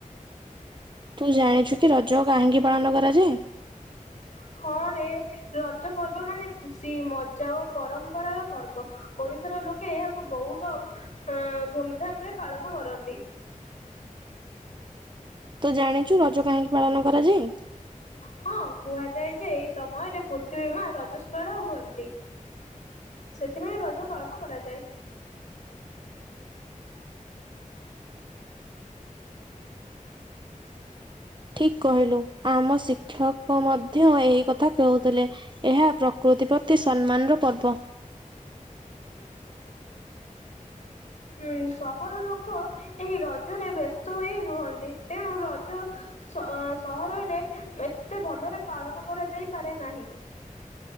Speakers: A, on the right; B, on the left.
A: ତୁ ଜାଣିଛୁ କି ରଜ କାହିଁକି ପାଳନ କରାଯାଏ?
B: ହଁ ରେ। ରଜ ପର୍ବ ମାନେ ଖୁସି ମଜା ଓ ପରମ୍ପରାର ପର୍ବ ଓଡିଶାର ଲୋକେ ବହୁତ ଅ ଧୁମଧାମ ରେ ପାଳନ କରନ୍ତି।
A: ତୁ ଜାଣିଛୁ ରଜ କାହିଁକି ପାଳନ କରାଯାଏ?
B: ହଁ କୁହାଯାଏ ଯେ ଏଇ ସମୟରେ ପୃଥିବୀ ମା ରଜସ୍ପଳା ହୁଅନ୍ତି। ସେଥିପାଇଁ ରଜ ପାଳନ କରାଯାଏ।
A: ଠିକ କହିଲୁ ଆମ ଶିକ୍ଷକ ମଧ୍ୟ ଏହି କ ଏହି କଥା କହୁଥିଲେ ଏହା ପ୍ରକୃତି ପ୍ରତି ସମ୍ମାନର ପର୍ବ।
B: <inaudible> ଉଁ ସହର ଲୋକ ଏହି ରଜରେ ବ୍ୟସ୍ତ ହୋଇ ରୁହନ୍ତି ତେଣୁ ରଜ ସହରରେ ଏତେ ଭଲରେ ପାଳନ କରାଯାଇପାରେ ନାହିଁ।